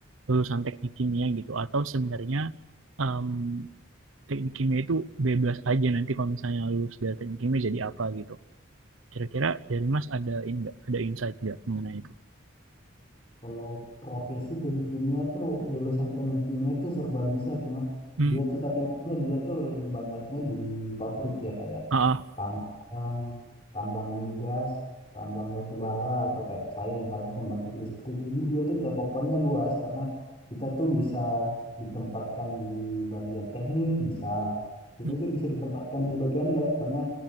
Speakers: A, on the right; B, on the left.
A: lulusan teknik kimia gitu atau sebenarnya em, teknik kimia itu bebas aja nanti kalau misalnya lulus dari teknik kimia jadi apa gitu? Kira-kira dari Mas ada ini nggak? Ada insight nggak mengenai itu?
B: Kalau profesi tim kimia tuh lulusan tim kimia tuh serba bisa sih mas.
A: Hmm,
B: Dia tuh tapi umumnya dia tuh banyaknya di pabrik ya kayak
A: ah, ah.
B: tambang, tambang migas, tambang batu bara atau kayak saya misalnya pembangkit listrik. Jadi dia tuh cakupannya luas karena kita tuh bisa ditempatkan di bagian teknik, bisa kita
A: Hmm,
B: juga bisa ditempatkan di bagian lab. Soalnya